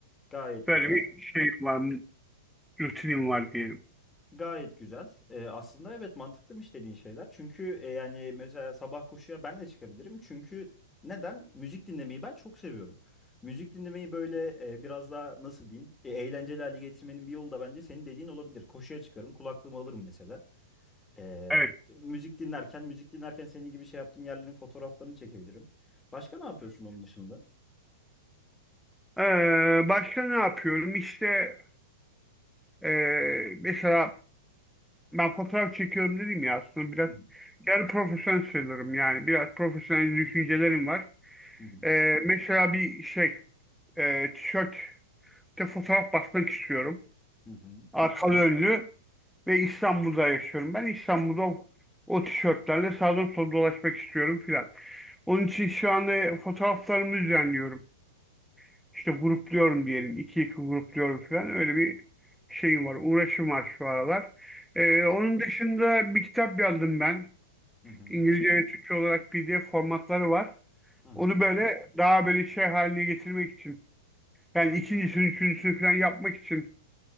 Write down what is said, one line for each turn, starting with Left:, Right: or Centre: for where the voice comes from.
Left: Gayet
Centre: Böyle
Left: güzel.
Centre: bir şey var, rutinim var diyelim.
Left: Gayet güzel. Ee, aslında evet mantıklıymış dediğin şeyler. Çünkü e, yani mesela sabah koşuya ben de çıkabilirim. Çünkü neden? Müzik dinlemeyi ben çok seviyorum. Müzik dinlemeyi böyle e, biraz daha nasıl diyeyim? E, eğlenceli hale getirmenin bir yolu da bence senin dediğin olabilir. Koşuya çıkarım, kulaklığımı alırım mesela. Ee,
Centre: Evet.
Left: müzik dinlerken, müzik dinlerken senin gibi şey yaptığım yerlerin fotoğraflarını çekebilirim. Başka ne yapıyorsun onun dışında?
Centre: Ee, başka ne yapıyorum? İşte e, mesela ben fotoğraf çekiyorum dedim ya aslında biraz
Left: Hı hı,
Centre: yarı profesyonel sayılırım yani biraz profesyonel düşüncelerim var.
Left: hı hı,
Centre: Ee, mesela bir şey e, tişörtte fotoğraf basmak istiyorum.
Left: hı hı,
Centre: Arkalı önlü ve İstanbul'da yaşıyorum. Ben İstanbul'da o o tişörtlerle sağdan sola dolaşmak istiyorum filan. Onun için şu anda fotoğraflarımı düzenliyorum. İşte grupluyorum diyelim. iki iki grupluyorum falan. Öyle bir şeyim var. Uğraşım var şu aralar. Ee, onun dışında bir kitap yazdım ben.
Left: hı hı,
Centre: İngilizce ve Türkçe olarak PDF formatları var.
Left: hı
Centre: Onu böyle daha böyle şey haline getirmek için. Yani ikincisini, üçüncüsünü falan yapmak için.